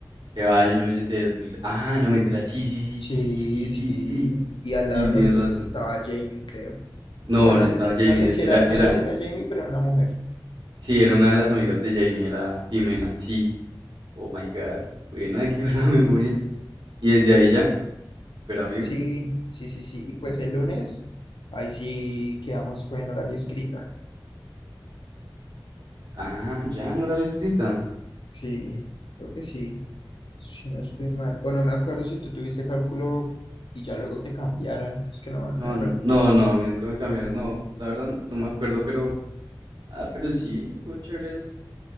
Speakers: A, on the right (about 70°); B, on the left (about 80°).
A: Que va, yo no me senté. Ah, no, mentira. Sí, sí, sí, sí,
B: Sí,
A: sí, sí,
B: sí.
A: sí, sí.
B: Y al lado
A: Sí,
B: de
A: tienes
B: nosotros
A: razón.
B: estaba Jamie, creo.
A: No,
B: Pero
A: no
B: no
A: estaba
B: sé si,
A: Jamie.
B: no sé si
A: Era,
B: era, no
A: era,
B: sé si era Jamie, pero era una mujer.
A: sí, era una de las amigas de Jamie, era Jimena. Sí. Oh my God. Buena, qué buena memoria. Y
B: Ah,
A: desde ahí ya, super amigos.
B: Sí, sí, sí, sí. sí. Y pues el lunes, ahí sí quedamos, fue en oral y escrita.
A: Ah, ya, no era la escrita.
B: Sí, creo que sí. Si no estoy mal. O no me acuerdo si tú tuviste cálculo y ya luego te cambiaron. Es que no, no
A: No,
B: me acuerdo.
A: n- no, no, a mí nunca me cambiaron. No, la verdad, no me acuerdo, pero. Ah, pero sí, estuvo chévere el-